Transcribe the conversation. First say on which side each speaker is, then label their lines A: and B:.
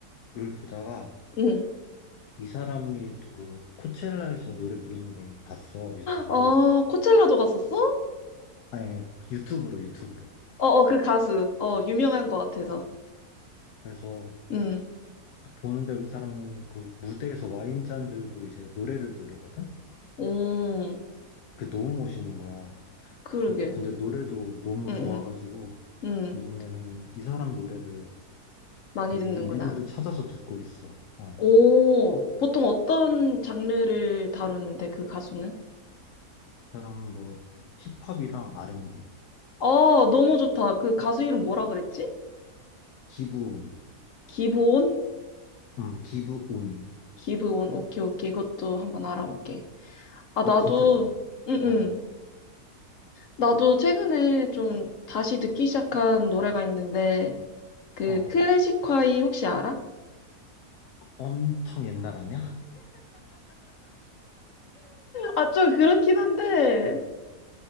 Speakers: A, on the left; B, on the left.
A: 보다가
B: 응.
A: 이 사람이 그 코첼라에서 노래 부르는 걸 봤어. 유튜브로.
B: 어, 코첼라도 갔었어?
A: 아니, 유튜브로 유튜브로.
B: 어, 어, 그 가수. 어, 유명한 것 같아서.
A: 그래서
B: 응,
A: 보는데 이 사람이 그 무대에서 와인잔 들고 이제 노래를 부르거든?
B: 오,
A: 그게 너무 멋있는 거야.
B: 그러게.
A: 그래서 근데 노래도 너무
B: 응,
A: 좋아가지고
B: 응, 응.
A: 요즘에는 이 사람 노래를
B: 많이
A: 되게
B: 듣는구나.
A: 일일이 찾아서 듣고 있어. 어.
B: 오,
A: 이
B: 보통 어떤 장르를 다루는데, 그 가수는?
A: 사람은 뭐 힙합이랑 R&B,
B: 어, 너무 좋다. 그 가수 이름 뭐라 그랬지?
A: 기브온,
B: 기브온?
A: 음, 기브온.
B: 기브온. 오케이, 오케이. 이것도 한번 알아볼게. 아, 나도,
A: 이거 진짜 좋아.
B: 응, 응.
A: 어,
B: 나도 최근에 좀 다시 듣기 시작한 노래가 있는데, 그
A: 어.
B: 클래식화이 혹시 알아?
A: 엄청 옛날 아니야?
B: 아, 좀 그렇긴 한데,